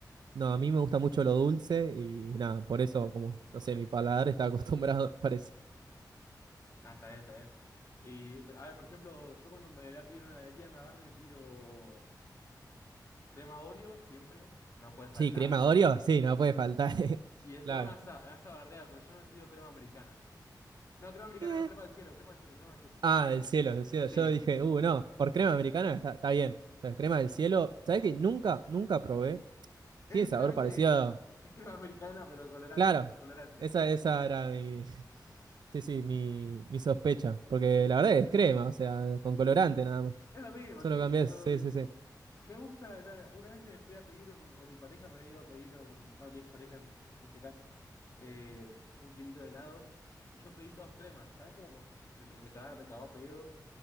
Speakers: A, on the right; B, on the left.
A: No, a
B: Y.
A: mí me gusta mucho lo dulce y nada, por eso, como, no sé, mi paladar está acostumbrado, <laughs> parece.
B: Ah, está bien, está bien. Y, pero, a ver, por ejemplo, yo cuando me voy a pedir una heladería me agarro y me pido crema Oreo, siempre. No puede faltar.
A: Sí, crema Oreo, sí, no puede faltar. <laughs>
B: Y después
A: Claro.
B: me vas a, me vas a bardear, pero yo me pido crema americana. No, crema americana,
A: Eh,
B: no, crema al cielo, crema al cielo, crema al cielo.
A: Ah, el cielo, el cielo. Yo
B: Sí,
A: dije,
B: sí, sí,
A: uh,
B: sí.
A: no, por crema americana está, está bien, pero crema del cielo, ¿sabés que nunca, nunca probé?
B: Es
A: Tiene
B: literalmente
A: sabor parecido. a-
B: es crema americana, pero colorante,
A: Claro,
B: con colorante.
A: esa, esa era mi, <laughs> sí, sí, mi, mi sospecha, porque
B: <laughs>
A: la
B: De-
A: verdad es crema, o sea, con colorante nada más.
B: es lo mismo,
A: Solo
B: sí,
A: cambié,
B: pero
A: sí,
B: sh-
A: sí, sí.
B: me gusta. nada, Una vez me fui a pedir un- con mi pareja, me había ido a pedir a un, bueno, mi expareja en, en este caso, eh, un kilito de helado, y yo pedí todos crema. ¿Sabes cómo se me, me cagaron, me cagó pedido?